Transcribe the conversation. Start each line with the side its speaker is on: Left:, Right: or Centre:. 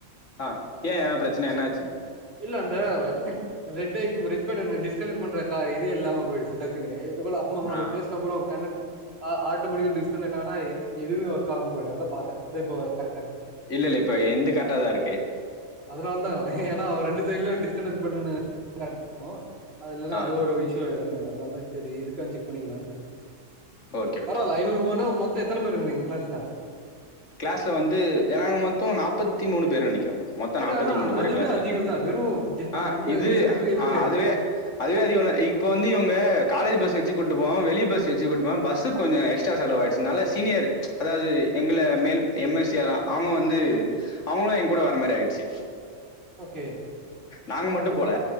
Left: ஆஹ் ஏன் பிரச்ச சனை என்னாச்சு
Right: இல்ல அந்த வற ரெட் ஐக்கம் ரெட்பட்டன் டிஸ் கட் பண்ற இது இல்லாம போயிடுச்சு டக்குன்னு எவ்ளோ அப்மம்
Left: ஆ
Right: பேசுன அப்றம் கணக்கு ஆட்டோமேட்டிக் டிஸ்கனெக்ட்டிவ் ஆனா எதுவுமே ஒர்க் ஆகாம போயிடு அதா பாத்தேன் இப்ப கரெக்டா இருக்கு
Left: இல்ல இல்ல இப்ப என்து கரக்டாதா இருக்கு
Right: அதனால தா ஏன்னா ரெண்டு சைட்டுல டிஸ்கனெக்ட் பண்ரேனு கரெக்டா இருக்கு
Left: ஆ
Right: அது ஒரு இஷ்யூ ஆகிடுங்க அதனால தான் சரி இருக்கான்னு செக் பண்ணிக்கலானு தா கால்
Left: ஓகே ஓகே
Right: பரவால்ல ஐநூறு ரூபானா மொத் தம் எத்தன பேர் இருந்தீங்க கிளாஸ்ல
Left: கிளாஸ்ல வந்து நாங்க மொத்தம் நாப்பத்தி மூணு பேர் நெனைக் மொத்த
Right: பட்
Left: நாற்பத்தி
Right: ஆனா
Left: மூணு
Right: அந்த
Left: பேர்
Right: அதுவே
Left: கிளாஸ்ல
Right: அதிகல்ல வெறு ஜி
Left: ஆஹ்
Right: அந்த
Left: இது
Right: விசிட்டுக்கு போய் எதுக்கு
Left: அது அது இப்ப வந்து இவங்க காலேஜ் பஸ் வச்சு கூட்டுப்போவாம் வெளி பஸ் வச்சு கூட்டுபோவாம் பஸ் கொஞ்சம் எக்ஸ்ட்ரா செலவாயிடுச்சு அதுனால சீனியர் அதாவது எங்கள மேல் எம் எஸ் அவங்க வந்து அவங்களும் எங்கூட வர மாரி ஆயிடுச்சு
Right: ஓகே
Left: நாங்க மட்டும் போல